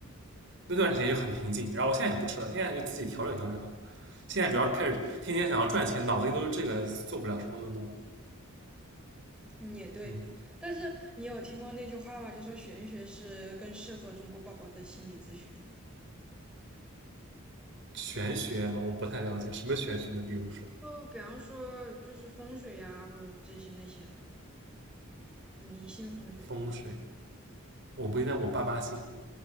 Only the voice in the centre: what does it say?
嗯，也对。
但是你有听过那句话吗？就说玄学是更适合中国宝宝的心理咨询。
就比方说，就是风水呀，或者这些那些的，你信风水吗？